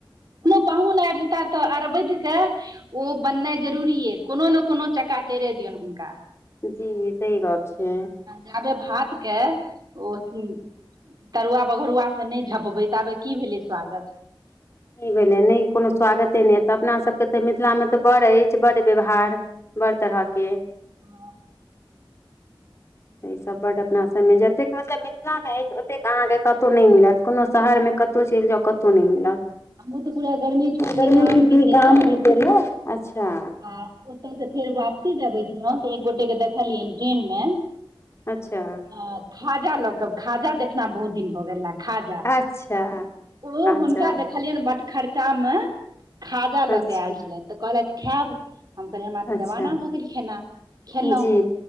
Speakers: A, on the right; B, on the left.
A: मने पाहुन आबि जता तऽ अरबै के उऽ बननाइ जरूरी ए कोनो ने कोनो चक्का तैरे दियौन हुनका
B: जी ई सही गप छैै
A: जाबे भात के ओ अथि तरुआ बगरुआ सँ नै झपबै ताबे की भेलै स्वागत
B: ई भेलै नै कोनो स्वागते नै हेत अपना सभके तऽ मिथिला मे तऽ बड अछि बड़ व्यवहार बड़ तरहऽ के
A: हँ
B: तऽ ईसभ बड्ड अपना सभ मे जतेक मतलब मिथिला मे अछि ओतेक अहाँकेँ कतहु नै मिलत कोनो शहर मे कतौ चलि जाउ कतौ नै मिलत
A: हमहूँ तऽ पूरा गर्मी छुट्टी
B: गर्मी
A: गाम
B: छुट्टी
A: बितेलहुँ
B: गाम जे गेलौं अच्छा
A: आ ओतय से फेर वापसी जे अबैछलहुँ तऽ एक गोटे के देखलियनि ट्रेन मे
B: अच्छा
A: अ खाजा लऽ क खाजा देखना बहुत दिन भऽ गेल ला खाजा
B: अच्छा
A: ओ
B: अच्छा
A: हुनका देख लियैन बट खर्चा मे खाजा लऽ
B: अच्छा
A: के आयल छलथि तऽ कहलथि खायब हम कहलिए हमरा तऽ
B: अच्छा
A: जबाना भऽ गेल खेना खेलौंह
B: जी